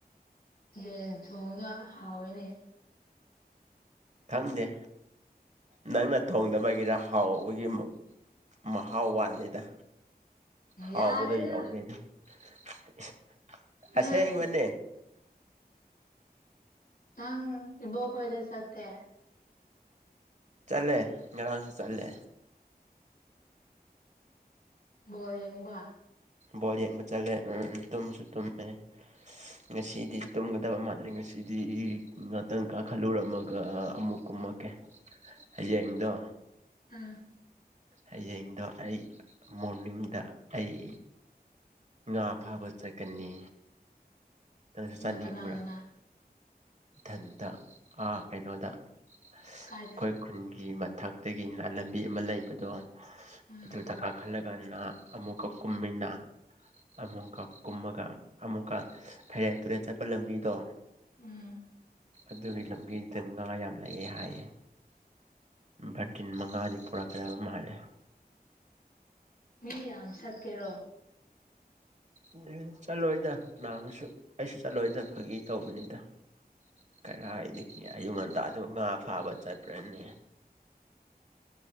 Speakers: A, on the left (about 65°); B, on the right (about 45°).
A: ꯌꯦꯟ ꯊꯣꯡꯒ ꯍꯥꯎꯋꯦꯅꯦ
B: ꯈꯪꯗꯦ ꯅꯪꯅ ꯊꯣꯡꯗꯕꯒꯤꯔ ꯍꯥꯎꯕꯒꯤ ꯃꯍꯥꯎ ꯋꯥꯠꯂꯤꯗ ꯍꯥꯎꯕꯗꯣ
A: ꯌꯥꯔꯦꯗ
B: ꯌꯧꯗꯦꯗ ꯏꯁ
A: ꯅꯣꯏ
B: ꯑꯁꯦꯡꯕꯅꯦ
A: ꯅꯪ ꯏꯕꯣꯛ ꯍꯣꯏꯗ ꯆꯠꯇꯦ
B: ꯆꯠꯂꯦ ꯉꯔꯥꯡꯁꯨ ꯆꯠꯂꯦ
A: ꯕꯣꯜ ꯌꯦꯡꯕ
B: ꯕꯣꯜ ꯌꯦꯡꯕ ꯆꯠꯂꯦ ꯎꯝ ꯇꯨꯝꯁꯨ ꯇꯨꯝꯃꯦ ꯉꯁꯤꯗꯤ ꯇꯨꯝꯒꯗꯕ ꯃꯥꯟꯂꯤ ꯉꯁꯤꯗꯤ ꯉꯥꯛꯇꯪ ꯀꯥꯈꯜꯂꯨꯔꯝꯃꯒ ꯑꯃꯨꯛ ꯀꯨꯝꯃꯛ ꯀꯦ ꯍꯥꯌꯦꯡꯗꯣ
A: ꯑꯥ
B: ꯍꯌꯦꯡꯗꯣ ꯑꯩ ꯃꯣꯔꯅꯤꯡꯗ ꯑꯩ ꯉꯥ ꯐꯥꯕ ꯆꯠꯀꯅꯤ ꯅꯪꯁꯨ ꯆꯠꯅꯤꯡꯕ꯭ꯔꯥ
A: ꯀꯅꯥ ꯀꯅꯥ
B: ꯏꯊꯟꯇꯥ ꯑꯥ ꯀꯩꯅꯣꯗ ꯑꯩꯈꯣꯏ
A: ꯀꯥꯏꯗ
B: ꯈꯨꯟꯒꯤ ꯃꯊꯛꯇꯒꯤꯅꯥ ꯂꯝꯕꯤ ꯑꯃ ꯂꯩꯕꯗꯣ
A: ꯑ
B: ꯑꯗꯨꯗ ꯀꯥ ꯈꯜꯂ ꯀꯅ ꯑꯃꯨꯛ ꯀꯥ ꯀꯨꯝꯃꯤꯟꯅ ꯑꯃꯨꯛꯀ ꯀꯨꯝꯃꯒ ꯑꯃꯨꯛꯀ ꯐꯩꯔꯦꯟ ꯇꯨꯔꯦꯟ ꯆꯠꯄ ꯂꯝꯕꯤꯗꯣ
A: ꯎꯝ
B: ꯑꯗꯨꯒꯤ ꯂꯝꯕꯤꯗ ꯉꯥ ꯌꯥꯝ ꯂꯩꯑꯦ ꯍꯥꯏꯌꯦ ꯚꯔꯇꯤꯟ ꯃꯉꯥꯅꯤ ꯄꯨꯔꯛꯀꯗꯕ ꯃꯥꯜꯂꯦ
A: ꯃꯤ ꯌꯥꯝ ꯁꯠꯀꯦꯔꯣ
B: ꯎꯝ ꯆꯠꯂꯣꯏꯗ ꯀꯅꯥ ꯑꯃꯁꯨ ꯑꯩꯁꯨ ꯆꯠꯂꯣꯏꯗ ꯐꯥꯒꯤ ꯇꯧꯕꯅꯤꯗ ꯀꯔꯥꯏꯗꯩ ꯑꯌꯨꯛ ꯉꯟꯇꯥꯗꯨ ꯉꯥ ꯐꯥꯕ ꯆꯠꯄ꯭ꯔꯅꯦ